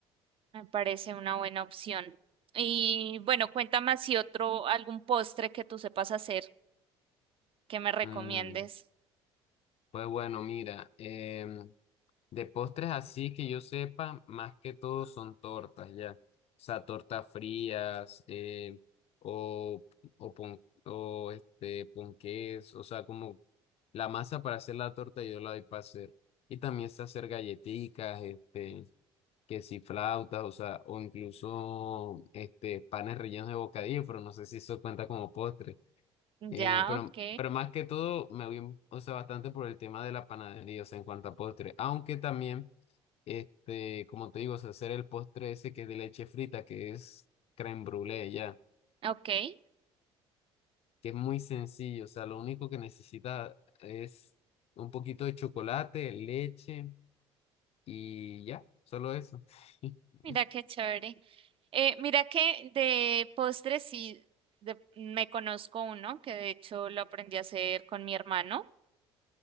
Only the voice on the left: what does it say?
Mm, pues bueno, mira, em, De postres así que yo sepa, más que todo son tortas, ya. O sea, tortas frías, eh, o, o, pon- o este, ponqués, o sea, como la masa para hacer la torta yo la doy para hacer. Y también sé hacer galletitas, este, que si flautas, o sea, o incluso este, panes rellenos de bocadillo, pero no sé si eso cuenta como postre. Eh,
pero,
pero más que todo me voy, o sea, bastante por el tema de la panadería, o sea, en cuanto a postre. Aunque también este, como te digo, o sea, hacer el postre ese que es de leche frita, que es crème brûlée ya,
que es muy sencillo, o sea, lo único que necesita es un poquito de chocolate, leche y ya, solo eso. <laughs>